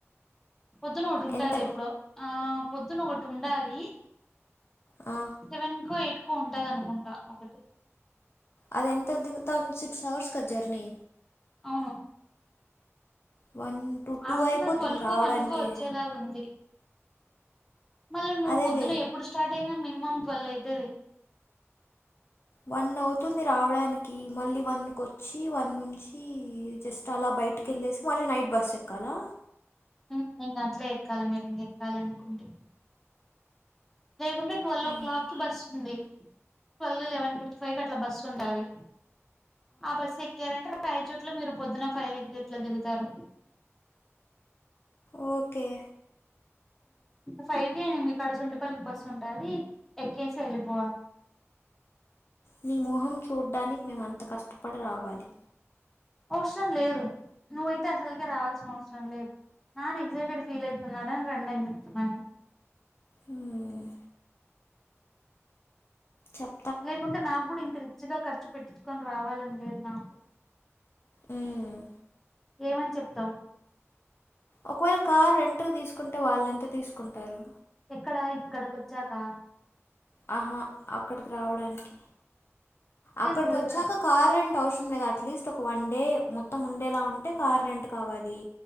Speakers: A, in the centre; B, on the left (about 55°).
A: పొద్దున ఒకటి ఉంటుది
B: ఎంత
A: ఎప్పుడో ఆ పొద్దున ఒకటి ఉండాలి
B: ఆ
A: సెవెన్ కో ఎయిట్ కో ఉంటదనుకుంట ఒకటి
B: అది ఎంత దిగుతాంది సిక్స్ అవర్స్ కదా జర్నీ
A: అవును
B: వన్ టూ టూ
A: ఆఫ్టర్నూన్
B: అయిపోతుంది
A: ట్వెల్వ్కో
B: రావడానికే
A: వన్కో ఒచ్చేలాగుంది మళ్ళ నువ్వు
B: అదేలే
A: పొద్దున ఎప్పుడ్ స్టార్ట్ అయినా మినిమం ట్వెల్వ్ అయితది
B: వన్ అవుతుంది రావడానికి మళ్ళీ వన్క్ ఒచ్చి వన్ నుంచి జస్ట్ అలా బైటికి కెళ్ళేసి మళ్ళీ నైట్ బస్ ఎక్కాలా
A: ఉమ్ ఇంగ అట్లే ఎక్కాలె మీరు ఇంక ఎక్కాలి అనుకుంటే లేకుంటే ట్వెల్
B: ఆ.
A: ఓ క్లాక్కిి బస్సు ఉంది ట్వెల్వ్ లెవెన్ ఫిఫ్టీ ఫైవ్ కి అట్ల బస్సు ఉంటాది ఆ బస్సు ఎక్కారంటే రాయచోట్ల మీరు పొద్దున ఫైవ్ గట్ల దిగుతారు
B: ఓకే
A: ఫైవ్కి మీకాడ సుండిపల్లికి బస్సు ఉంటది ఎక్కేసి ఎళ్ళిపోవాలి
B: నీ మోహం చూడ్డానికి మేమంత కష్టపడి రావాలి
A: అవ్సరం లేదు నువ్వైతే అసల్కే రావాల్సిన అవసరం లేదు నాన్న ఎగ్సైటెడ్ ఫీల్ అయితున్నడని రండని చెప్తున్న నేను
B: హ్మ్ చెప్
A: లేకుంటే నాక్ కూడా ఇంత రిచ్గా ఖర్చు పెట్టించుకొని రావాలని లేదు నాకు
B: మ్మ్.
A: ఏమని చెప్తావ్
B: ఒకవేళ కార్ రెంట్కు తీస్కుంటే వాళ్ళెంత తీస్కుంటారు
A: ఎక్కడ ఇక్కడ్కకొచ్చాక
B: ఆహా అక్కడికి రావడానికి అక్కడికి
A: ఏంది ఇక్కడికి
B: వచ్చాక
A: రా
B: కారు రెంట్ అవసరం లేదు అట్లీస్ట్ ఒక వన్ డే మొత్తం ఉండేలా ఉంటే కార్ రెంట్ కావాలి